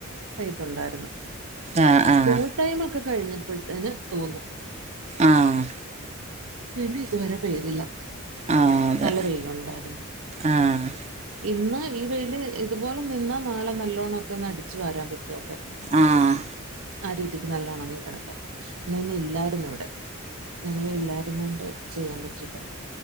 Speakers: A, on the right; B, on the right.
A: പെയ്യ്ട്ട്ണ്ടാരുന്നു.
B: ആഹ് ആഹ്
A: സ്കൂൾ ടൈം ഒക്കെ കഴിഞ്ഞപ്പഴ്ത്തേന് തോന്ന്
B: ആഹ്
A: പിന്നെ ഇത് വരെ പെയ്തില്ല
B: ആഹ് അതെ
A: നല്ല വെയിലുണ്ടാര്ന്നു.
B: ആഹ്
A: ഇന്ന് ഈ വെയില് ഇതുപോലെ നിന്നാ നാളെ നല്ലോണ്ണം ഒക്കെ ച്ചു വാരാം മുറ്റൊക്കെ
B: ആഹ്
A: ആ രീതിക്ക് നല്ല ഒണങ്ങി കെടക്ക. ഇങ്ങനെ ഇല്ലാര്ന്നു ഇവടെ ഞങ്ങളില്ല ര്ന്നോണ്ട് ചെയ്യാൻ പറ്റില്ല.